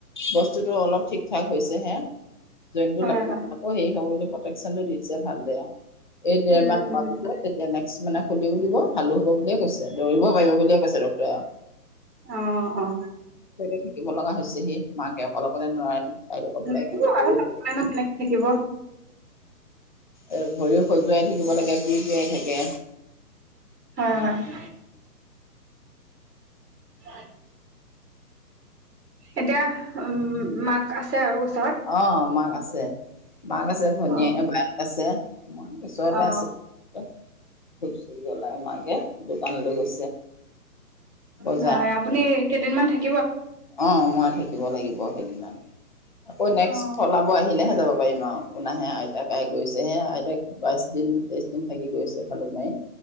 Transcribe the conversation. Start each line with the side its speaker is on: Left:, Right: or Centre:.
Left: বস্তুতটো অলপ ঠিক ঠাক হৈছে হে জইনতটো
Right: হয়
Left: লাগিছিল
Right: হয়
Left: আকৌ হেৰি হ'ব প্ৰটেকচনটো দিছে, ভাল বেয়া এই ডেৰ
Right: উম
Left: মাহ সোমোৱাৰ
Right: উম
Left: পিছত তেতিয়া নেক্সট কিছুমানে খুলিও দিব, ভালো হ'ব বুলিয়ে কৈছে। দৌৰিব পাৰিব বুলিয়ে কৈছে ডাক্তৰে আৰু
Right: অ অ
Left: <inaudible> শিকিব লগা হৈছে, সি মাকে অকল-অকলে নোৱাৰে, আইতাকক লৈ <unintelligible>
Right: থাকিব আৰু নকলেনো
Left: অ'।
Right: কেনেকে থাকিব
Left: এ', ভৰিও খজুৱাই থাকিব লাগে পিৰ্ পিৰাই থাকে
Right: হয়, হয়। <inaudible> ধ <unintelligible> এতিয়া উম মাক আছে আৰু। ওচৰত
Left: অঁ মাক আছে। মাক আছে ভনীয়ে,
Right: অ
Left: বাইক আছে। মই ওচৰতে
Right: অ
Left: আছো। ধূপ চুব জ্বলাই মাকে দোকানলৈ গৈছে। বজাৰ
Right: নাই আপুনি কেইদিনমান থাক
Left: অ মই থাকি থাকিব লাগিব সেইদিনা। আকৌ নেক্সট
Right: অ
Left: চলাব আহিলেহে যাব পাৰিম আৰু কোোন আহে আইতাক গৈছেহে আইতাক বাইছ দিন তে্ৰইছ দিন ভাগি গৈছে ভালুক মাৰি